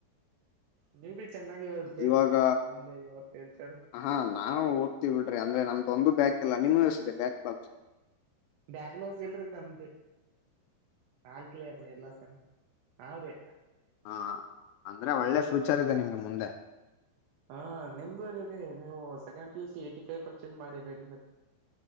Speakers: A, on the right; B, on the left.
A: ನೀವು ಬಿ ಚೆನ್ನಾಗಿ ಒದ್ರಿ
B: ಇವಾಗ
A: ಮುಂದೆ ಇವ ಫ್ಯೂಚರ್.
B: ಹಾ ನಾವು ಓದ್ತೀವಿ ಬಿಡ್ರಿ ಅಂದ್ರೆ ನಮ್ದು ಒಂದು ಬ್ಯಾಕ್ ಎಲ್ಲ ನಿಮವ್ ಯಸಿದೆ ಬ್ಯಾಕ್ ಲಾಕ್ಸ್.
A: ಬ್ಯಾಕ್ ಲೋಗ್ಸ್ ಇಲ್ರಿ ನಮ್ದು ಅಲ್ ಕ್ಲಿಯರ್ ಎಲ್ಲಾ ಸೆಮ್. ಅವ್ರಿ
B: ಹಾ ಅಂದ್ರೆ ಒಳ್ಳೆ ಫ್ಯೂಚರ್ ಇದೆ ನಿಮ್ಗೆ ಮುಂದೆ.
A: ಹಾ ನಿಮ್ದ ರಿ ರಿ ನೀವು second P U C eighty five percent ಮಾಡಿರಿ ಇಲ್ರಿ.